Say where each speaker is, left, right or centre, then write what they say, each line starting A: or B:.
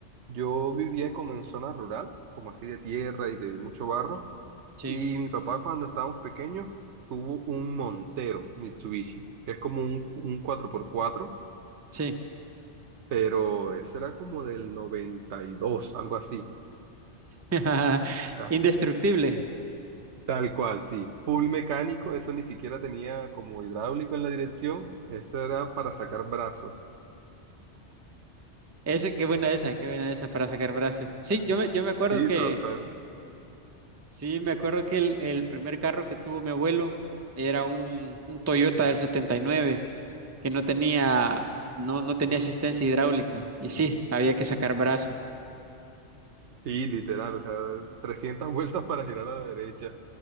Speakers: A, on the right (about 75°); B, on the right (about 20°).
A: Yo vivía como en zona rural, como así de tierra y de mucho barro,
B: Sí,
A: y mi papá cuando estábamos pequeños tuvo un Montero Mitsubishi, que es como un, un 4x4
B: sí.
A: pero eso era como del 92, algo así.
B: <laughs>
A: O sea,
B: Indestructible.
A: tal cual, sí. Full mecánico, eso ni siquiera tenía como hidráulico en la dirección, eso era para sacar brazos.
B: Eso, qué buena esa, qué buena esa para sacar brazos. Sí, yo me, yo me acuerdo
A: Sí,
B: que
A: total.
B: Sí, me acuerdo que el, el primer carro que tuvo mi abuelo era un, un Toyota del 79 que no tenía, no, no tenía asistencia hidráulica. Y sí, había que sacar brazo.
A: Sí, literal, o sea, 300 <laughs> vueltas para girar a la derecha.